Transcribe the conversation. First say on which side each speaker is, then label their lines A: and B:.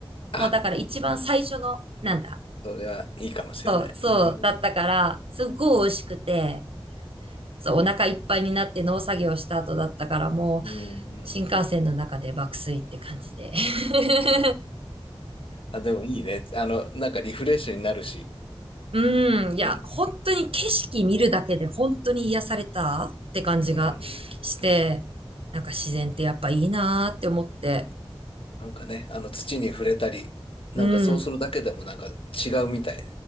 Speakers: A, on the left (about 65°); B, on the right (about 75°).
A: あ、
B: もうだから一番最初の、なんだ、
A: それはいいかもしれない。
B: そう、そうだったから、
A: うん。
B: すっごい美味しくて、そう、お腹いっぱいになって農作業した後だったから、もう、
A: うん。うん
B: 新幹線の中で爆睡って感じで。<laughs>
A: あ、でもいいね。あの、なんかリフレッシュになるし。
B: うん、いや、
A: うん。
B: 本当に景色見るだけで本当に癒されたって感じがして、
A: うん。
B: なんか自然ってやっぱいいなーって思って。
A: なんかね、あの土に触れたり、なんかそうするだけでもなんか違うみたいっ
B: うん、